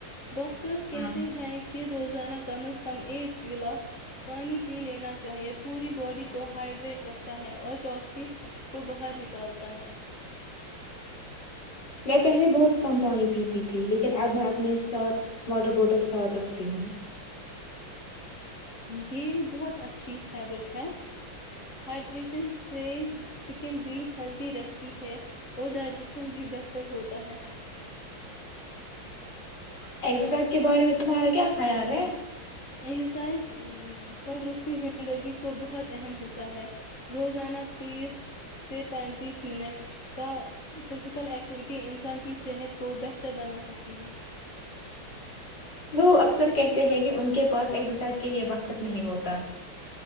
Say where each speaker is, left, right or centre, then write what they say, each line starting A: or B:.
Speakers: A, on the left; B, on the left.
A: ڈاکٹرس کیسے
B: ہاں
A: ہیں روزانہ کم از کم ایک گلاس پانی پی لینا چاہیے پوری باڈی کو ہائڈریٹ رکھتا ہے اور ٹواکسی کو باہت نکالتا ہے
B: میں پہلے بہت کم پانی پیتی تھی لیکن اب میں اپنے ساتھ واٹر بوٹل ساتھ رکھتی ہوں
A: یہ بہت اچھی ہیبٹ ہے ہائڈریشن سے سکن بھی ہیلدی رہتی ہے اور ڈائجیشن بھی بہتر ہوتا ہے
B: ایکسرسائز کے بارے میں تمہارا کیا خیال ہے
A: ایکزرسائز تندرستی زندگی کو بہت اہم حصہ ہے روزانہ تیس سے پینتیس منٹ کا فزیکل ایکٹیویٹی انسان کی صحت کو بہتر بنا سکتی ہے
B: وہ اکثر کہتے ہیں کہ ان کے پاس ایگزرسائز کے لیے وقت نہیں ہوتا